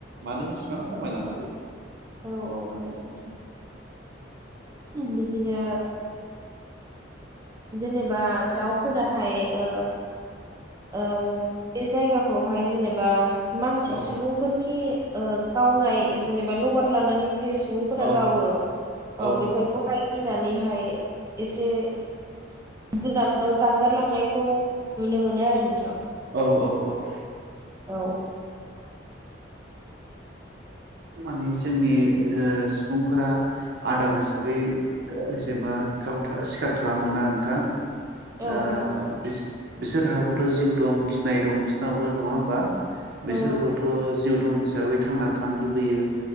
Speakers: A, on the right (about 60°); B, on the right (about 20°).
A: मानो? <unintelligible> एसिबां खमायलांखो
B: औ औ औ हायोथ' बिदिनो जेनेबा दाउफोराहाय ओ ओ बे जायगाखौ खौहाय जेनेबा मानसि
A: औ
B: सुबुंफोरनि ओ गावनाय जेनेबा लबार लानानै जे सुबुंफोरा
A: औ
B: गावो
A: औ
B: ओ बेफोरखौहाय गिनानैहाय एसे गोजानाव जानगारलांनायखौ नुनो मोनो आरो नोंथां
A: औ औ औ
B: औ
A: माने जोंनि ओ सुबुंफोरा आदार हिसाबै जेनेबा गाव सिखार खालामोना नोंथां
B: औ
A: दा
B: खालामा
A: बि बिसोरहाबोथ' जिउ दं गिनाय दं बिसोरनावबो नङा होमबा
B: औ
A: बिसोरबोथ' जिउ दं हिसाबै थांनानै थानो लुबै होयो